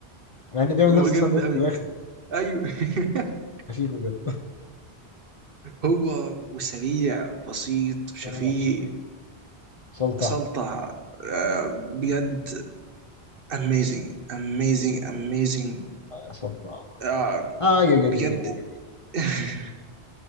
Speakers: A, on the left; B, on the right.
A: مع إنه بيعمل
B: هو
A: نفس
B: جامد
A: الساندوتش
B: قوي
A: في الآخر
B: ايوه <laughs>
A: شفيق بجد
B: هو وسريع بسيط شفيق
A: آه شفيق سلطع
B: سلطة آه، بجد amazing amazing amazing
A: سلطع
B: آه،
A: آه يا يا
B: بجد
A: يا يا يا يا يا.
B: <laughs>